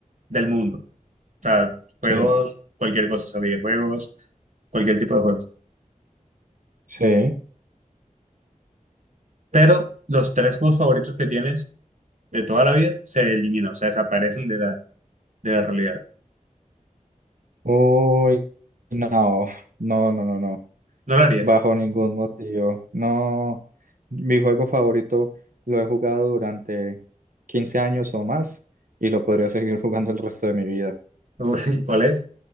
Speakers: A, on the right; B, on the right.
A: del mundo, o sea, juegos,
B: Sí,
A: cualquier cosa, o sea, videojuegos, cualquier tipo de juegos,
B: sí.
A: pero los tres juegos favoritos que tienes de toda la vida se eliminan, o sea, desaparecen de la, de la realidad.
B: Uy, no. No, no, no, no.
A: ¿No lo harías?
B: Bajo ningún motivo. No. Mi juego favorito lo he jugado durante 15 años o más y lo podría seguir jugando el resto de mi vida.
A: Uy, ¿Cuál es?